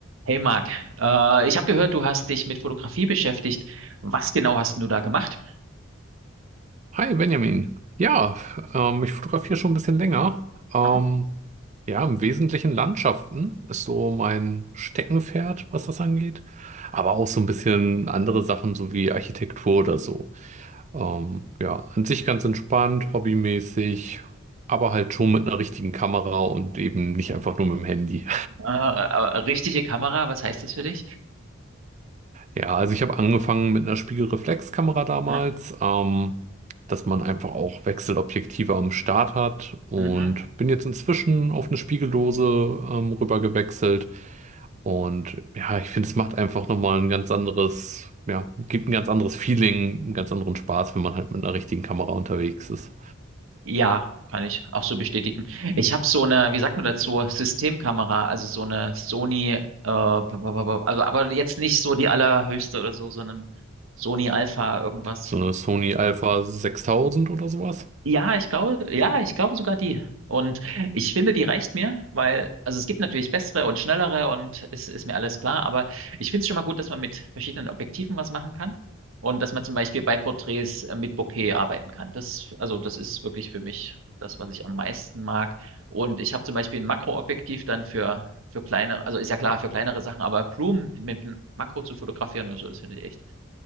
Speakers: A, on the right; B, on the right.
A: Hey Marc, äh, ich habe gehört, du hast dich mit Fotografie beschäftigt. Was genau hast denn du da gemacht?
B: Hi Benjamin. Ja, ähm, ich fotografiere schon ein bisschen länger. Ähm,
A: Ah,
B: ja, im Wesentlichen Landschaften ist so mein Steckenpferd, was das angeht. Aber auch so ein bisschen andere Sachen, so wie Architektur oder so. Ähm, ja, an sich ganz entspannt, hobbymäßig, aber halt schon mit einer richtigen Kamera und eben nicht einfach nur mit dem Handy.
A: Äh, äh, richtige Kamera, was heißt das für dich?
B: Ja, also ich habe angefangen mit einer Spiegelreflexkamera damals,
A: Ja,
B: ähm, dass man einfach auch Wechselobjektive am Start hat und
A: mhm.
B: bin jetzt inzwischen auf eine Spiegellose ähm, rüber gewechselt und ja, ich finde, es macht einfach nochmal ein ganz anderes, ja, gibt ein ganz anderes Feeling, einen ganz anderen Spaß, wenn man halt mit einer richtigen Kamera unterwegs ist.
A: Ja, kann ich auch so bestätigen. Ich habe so eine, wie sagt man dazu, Systemkamera, also so eine Sony, äh, bla, bla, bla, bla, also aber jetzt nicht so die allerhöchste oder so, sondern Sony Alpha irgendwas.
B: So eine Sony Alpha sechstausend oder sowas.
A: Ja, ich glaube, ja, ich glaube sogar die. Und ich finde, die reicht mir, weil, also es gibt natürlich bessere und schnellere und es ist mir alles klar, aber ich finde es schon mal gut, dass man mit verschiedenen Objektiven was machen kann und dass man zum Beispiel bei Porträts äh, mit Bokeh arbeiten kann. Das, also das ist wirklich für mich das, was ich am meisten mag. Und ich habe zum Beispiel ein Makroobjektiv dann für, für kleinere, also ist ja klar, für kleinere Sachen, aber Blumen mit, einem Makro zu fotografieren oder so, das finde ich echt